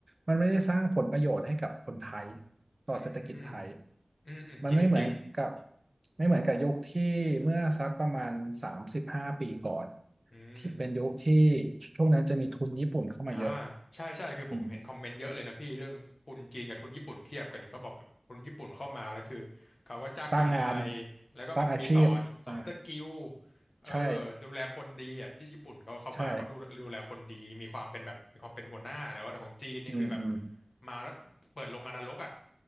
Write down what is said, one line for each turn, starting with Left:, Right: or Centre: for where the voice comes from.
Right: มันไม่ได้สร้างผลประโยชน์ให้กับคนไทยต่อเศรษฐกิจไทย
Left: อืมอืมอืมจริงจริง
Right: มันไม่เหมือนกับไม่เหมือนกับยุคที่เมื่อสักประมาณสามสิบห้าปีก่อน
Left: อืม
Right: ที่เป็นยุคที่ช่วงนั้นจะมีทุนญี่ปุ่นเข้ามาเยอะ
Left: อ่าใช่ใช่คือผมเห็นคอมเมนต์เยอะเลยนะพี่เรื่องทุนจีนกับทุนญี่ปุ่นเทียบกันเนี่ยเขาบอกแบบทุนญี่ปุ่นเข้ามาแล้วคือเขาก็จ้างงานไทยแล้วก็แบบมีสอนสอนสกิล
Right: อืมสร้างงานสร้างอาชีพอ่า
Left: เออ
Right: ใช่
Left: ดูแลคนดีอ่ะที่ญี่ปุ่นเขาเขามาเขาดูดูแลคนดีมีความเป็นแบบมีความเป็นหัวหน้าแต่ว่าของจีนนี่คือแบบ
Right: ใช่อืมอืม
Left: มาแล้วเปิดโรงงานนรกอ่ะ